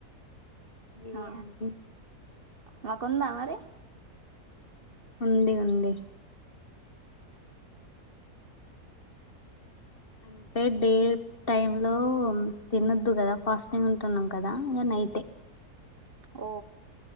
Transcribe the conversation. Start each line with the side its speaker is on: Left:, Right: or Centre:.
Left: బిర్యానీ
Right: ఆ మాకుందా మరి
Left: ఉంది ఉంది అంటే డే టైమ్ లో తినద్దు కదా ఫాస్టింగ్ ఉంటున్నాం కదా ఇ అయితే
Right: ఓ